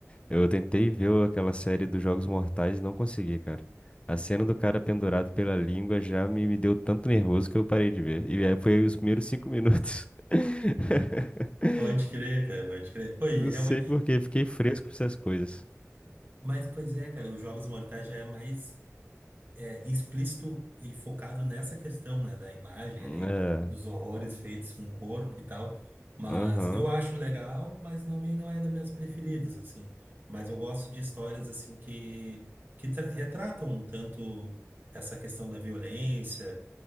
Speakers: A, on the left (about 20°); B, on the right (about 40°).
A: Eu tentei ver o- aquela série dos Jogos Mortais e não consegui, cara. A cena do cara pendurado pela língua já me, me deu tanto nervoso que eu parei de ver. E aí foi os primeiros cinco minutos. <laughs>
B: Pode crer, cara, pode crer. Pô, e
A: Não
B: realmente,
A: sei por quê, fiquei fresco com essas coisas.
B: mas, pois é, cara, os Jogos Mortais já é mais é, explícito e focado nessa questão, né, da imagem
A: É,
B: ali, dos horrores feitos com o corpo e tal. Mas
A: aham,
B: eu acho legal, mas também não é dos meus preferidos, assim. Mas eu gosto de histórias, assim, que, que tra- retratam um tanto essa questão da violência.